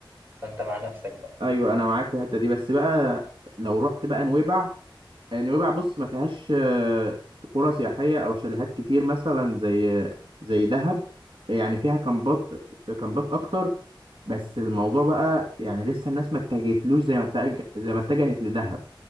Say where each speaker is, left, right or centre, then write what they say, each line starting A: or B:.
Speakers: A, on the right; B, on the right.
A: فانت مع نفسك بقى
B: ايوه انا معاك في الحته دي بس بقى لو رحت بقى نويبع نويبع بص ما فيهاش آه، قرى سياحية أو شاليهات كتير مثلا زي زي دهب يعني فيها كامبات كامبات أكتر بس الموضوع بقى يعني لسه الناس ما اتجهتلوش زي ما اتجه زي ما اتجهت لدهب